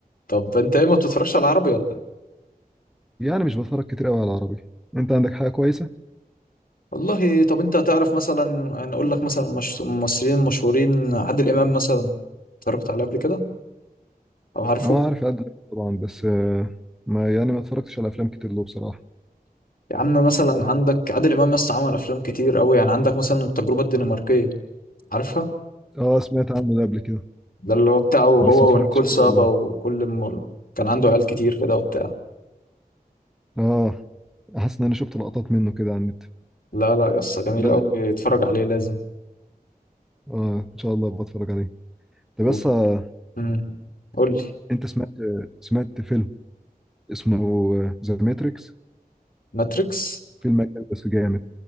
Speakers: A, on the left (about 65°); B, in the centre.
A: طب انت ايه ما بتتفرجش على عربي ولا إيه؟
B: يعني مش بتفرج كتير قوي على العربي انت عندك حاجه كويسه
A: والله طب انت تعرف مثلا انا اقول لك مثلا مش... ممثلين مشهورين عادل امام مثلا اتفرجت عليه قبل كده او عارفه
B: اه عارف عادل إمام طبعا بس آه، ما يعني ما اتفرجتش على افلام كتير له بصراحه
A: يا عم مثلا عندك عادل امام بس عمل افلام كتير قوي يعني عندك مثلا التجربه الدنماركيه عارفها
B: اه سمعت عنه ده قبل كده
A: ده اللي هو بتاعه هو
B: بس ما اتفرجتش
A: ونيكول
B: عليه
A: سابا
B: والله
A: وكل م... كان عنده عيال كتير كده وبتاع
B: اه حاسس ان انا شفت لقطات منه كده على النت
A: لا لا يا اسطى جميل
B: لا
A: قوي
B: ده
A: اتفرج عليه لازم
B: اه ان شاء الله بتفرج عليه طب
A: وف...
B: بس آه،
A: مم. قول لي
B: انت سمعت سمعت فيلم اسمه ذا ماتريكس
A: ماتريكس
B: فيلم أجنبي بس جامد